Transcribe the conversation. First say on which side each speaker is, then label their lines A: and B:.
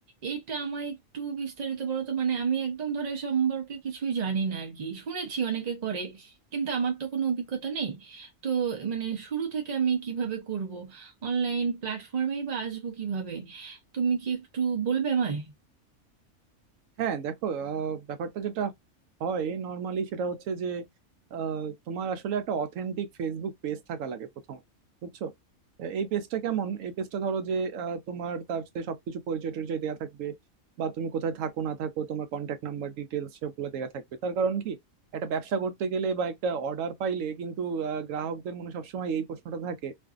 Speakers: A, on the right; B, on the right.
A: এইটা আমায় একটু বিস্তারিত বলো তো মানে আমি একদম ধরে সম্পর্কে কিছুই জানি না আর কি শুনেছি অনেকে করে কিন্তু আমার তো কোনো অভিজ্ঞতা নেই তো মানে শুরু থেকে আমি কিভাবে করব অনলাইন প্ল্যাটফর্মেই বা আসবো কিভাবে তুমি কি একটু বলবে আমায়
B: হ্যাঁ দেখো আহ, ব্যাপারটা যেটা হয় নর্মালি সেটা হচ্ছে যে আহ, তোমার আসলে একটা অথেন্টিক ফেসবুক পেজ থাকা লাগে প্রথমে বুঝছো আহ, এই পেজটা কেমন এই পেজটা ধরো যে আহ, তোমার তার সাথে সবকিছু পরিচয় টরিচয় দেওয়া থাকবে বা তুমি কোথায় থাকো না থাকো তোমার কন্ট্যাক্ট নাম্বার ডিটেলস সবগুলো দেওয়া থাকবে তার কারণ কি একটা ব্যবসা করতে গেলে বা একটা অর্ডার পাইলে কিন্তু আহ, গ্রাহকদের মনে সবসময় এই প্রশ্নটা থাকে